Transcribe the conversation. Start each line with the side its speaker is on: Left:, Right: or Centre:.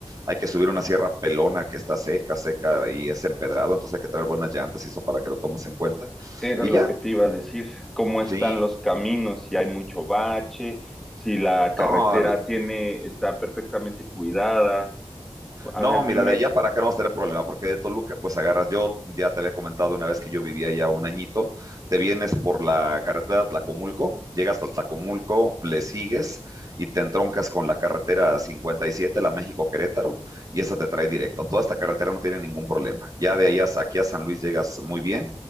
Right: Hay que subir una sierra pelona que está seca, seca y es empedrado, entonces hay que traer buenas llantas y eso para que lo tomes en cuenta.
Centre: Era
Right: Y
Centre: lo
Right: ya,
Centre: que te iba a decir. ¿Cómo están
Right: sí,
Centre: los caminos? Si hay mucho bache, si la carretera
Right: no,
Centre: tiene, está perfectamente cuidada. A
Right: No,
Centre: ver,
Right: mira,
Centre: dime.
Right: de allá para acá no vas a tener problema, porque de Toluca, pues agarras, yo ya te había comentado una vez que yo vivía ya un añito, te vienes por la carretera de Tlacomulco, llegas al Tlacomulco, le sigues y te entroncas con la carretera 57, la México-Querétaro, y esa te trae directo. Toda esta carretera no tiene ningún problema. Ya de allá aquí a San Luis llegas muy bien.